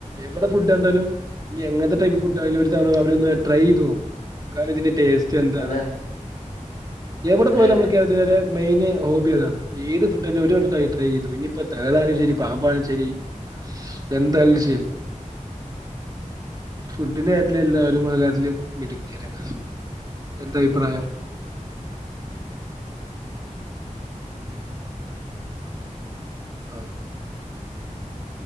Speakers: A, on the right (about 30°); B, on the left (about 75°).
A: എവിടെ ഫുഡ് കണ്ടാലും ഇനി എങ്ങനത്തെ ടൈപ്പ് ഫുഡ്ടായാലും ഒരു തവണ വാ ഒന്ന് ട്രൈ യ്ത് നോക്കും കാല് തിന്റേ ടേസ് റ്റ് എന്താണ്
B: അതാണ്
A: എവിടെ
B: അതെ
A: പോയാലും
B: അതെ
A: നമ്മള് മെയിന് ഹോബി അതാണ് ഏത് ഫുഡ്ഡന്നെ ഒരു വട്ടം ട്രൈ ചെയ്തു ഇനിപ്പോ തേളാണെങ്കിലും ശരി പാമ്പാനും ശരി എന്തായാലും ശരി ഫുഡിന്റെ കാര്യത്തിൽ എല്ലരും ആ കാര്യത്തില് മിടുക്കരാണ് എന്താ അഭിപ്രായം ആ